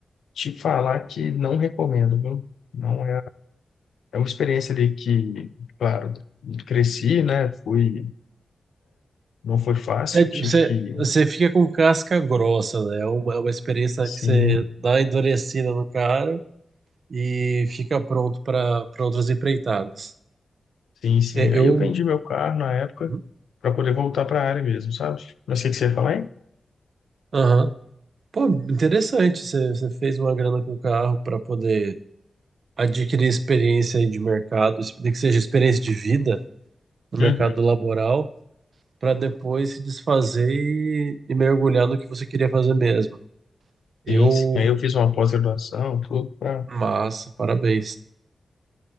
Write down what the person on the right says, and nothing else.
Até de-
Você,
você fica com casca grossa, né? É uma, é uma experiência
que você dá uma endurecida no cara, e fica pronto para para outras empreitadas.
É,
eu.
Uhum.
Aham. Pô, interessante. Você você fez uma grana com o carro para poder adquirir experiência aí de mercado, nem que seja experiência de vida no mercado
laboral, para depois se desfazer e, e mergulhar no que você queria fazer mesmo. Eu.
Massa, parabéns.